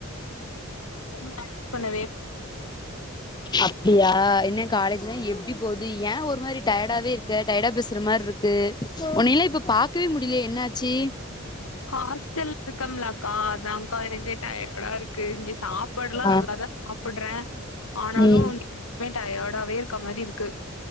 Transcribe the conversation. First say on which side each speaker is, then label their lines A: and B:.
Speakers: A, on the left; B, on the left.
A: ரிலாக்ஸ் பண்ணவே
B: அப்டியா என்ன காலேஜ்லா எப்டி போது யான் ஒரு மாரி டயடாவே இருக்க டயடாவே பேசுற மாரி இருக் து உன்னல்லா இப்ப பாக்கவே முடியலே என்னாச்சு
A: ஹாஸ்டல் இருக்கம்லாக்கா அதான்கா எனங்கெ டயர்டா இருக்கு இங் சாப்பாடலா
B: ஆ
A: நல்லாதா சாப்படுறே ஆனாலு
B: ம்
A: பே டயார்டாவே இருக்க மாரி இருக்கு